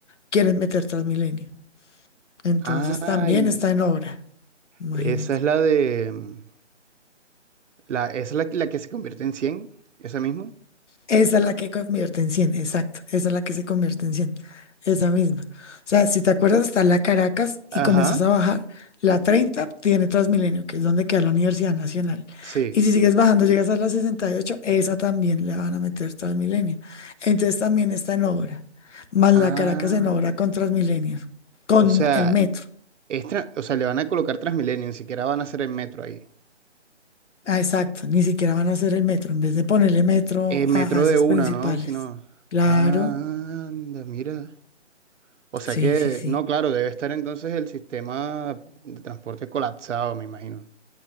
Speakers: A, on the left (about 80°); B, on the right (about 85°).
A: quieren meter Transmilenio. Entonces
B: Ay,
A: también está en obra, imagínate.
B: esa es la de... mm, La, esa es la, la que se convierte en cien, esa misma.
A: Esa es la que convierte en cien exacto. Esa es la que se convierte en cien Esa misma. O sea, si te acuerdas, está la Caracas y
B: Ajá,
A: comienzas a bajar. La 30 tiene Transmilenio, que es donde queda la Universidad Nacional.
B: sí.
A: Y si sigues bajando, llegas a la sesenta y ocho esa también le van a meter Transmilenio. Entonces también está en obra. Más
B: Ah,
A: la Caracas en obra con Transmilenio, con
B: o sea,
A: el metro.
B: Es tra- o sea, le van a colocar Transmilenio, ni siquiera van a hacer el metro ahí.
A: Ah, exacto. Ni siquiera van a hacer el metro, en vez de ponerle metro
B: El metro
A: a, a esas
B: de una,
A: principales.
B: ¿no? Sino.
A: Claro.
B: Anda, mira. O sea
A: Sí,
B: que,
A: sí, sí.
B: no, claro, debe estar entonces el sistema de transporte colapsado, me imagino.